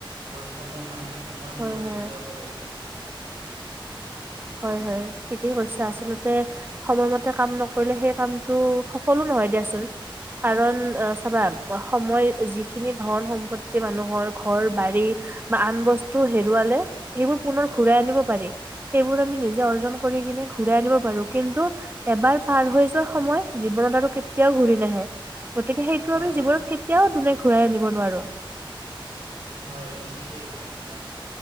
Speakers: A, on the right; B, on the right.
A: সম মানুহে সময়ৰ
B: হয়
A: মূল্য
B: হয়
A: বুজি পাব লাগে।
B: হয় হয়, ঠিকেই কৈছা। আচলতে সময়মতে কাম নকৰিলে সেই কামটো সফলো নহয় দিয়াচোন। কাৰণ চাবা সময় যিখিনি ধন-সম্পত্তি মানুহৰ ঘৰ-বাৰী বা আন বস্তু হেৰুৱালে সেইবোৰ পুনৰ ঘূৰাই আনিব পাৰি। সেইবোৰ আমি নিজে অৰ্জন কৰি কিনে ঘূৰাই আনিব পাৰো। কিন্তু, এবাৰ পাৰ হৈ যোৱা সময় জীৱনত আৰু কেতিয়াও ঘূৰি নাহে। গতিকে সেইটো
A: হয়,
B: আমি
A: হয়,
B: জীৱনত কেতিয়াও দুনে ঘূৰাই আনিব নোৱাৰো।
A: হয় তুমি ঠিকেই কৈছা। মানে